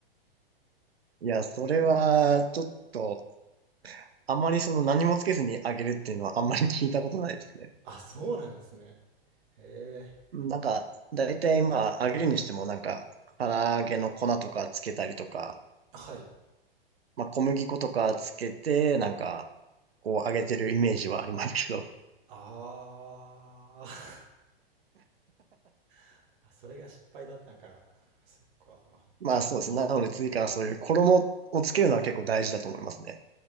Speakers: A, on the right; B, on the right.
A: いや、それは、ちょっと、あまりその何もつけずに揚げるっていうのはあんまり聞いたことないですね。
B: <laughs> あ、そうなんですね。へえ。
A: うんなんか、だいたいまあ、揚げるにしてもなんか、唐揚げの粉とかつけたりとか、
B: はい。
A: まあ、小麦粉とかつけて、なんか、こう揚げてるイメージはありますけど。
B: あー <laughs> あ、それが失敗だったんか。そっか。
A: <laughs> まあそうですね。なので次からそういう衣をつけるのは結構大事だと思いますね。